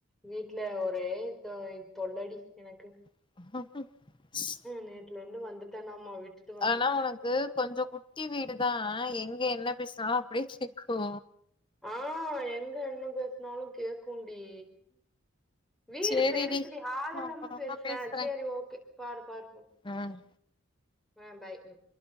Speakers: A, in the centre; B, on the left (about 25°).
A: வீட்ல ஒரே இ தொ இ‌ தொள்ளடி எனக்கு.
B: <unintelligible>
A: நேத்லந்து வந்துட்டானாமா விட்டு
B: ஆனா உனக்கு கொஞ்சோ குட்டி வீடுதா எங்க என்ன பேசுனாலு அப்டியே கேக்கு.
A: அ எங்க என்ன பேசுனாலு கேக்குன்டி. வீடு
B: சேரிடி
A: பெருசுடி ஹால்
B: நா
A: எல்லாமே
B: அப்பறமா
A: பெருசு
B: பேசுறே
A: ஆ சேரி ஓகே பாரு பாரு பாரு.
B: ம்.
A: ஆ பாய் ம்.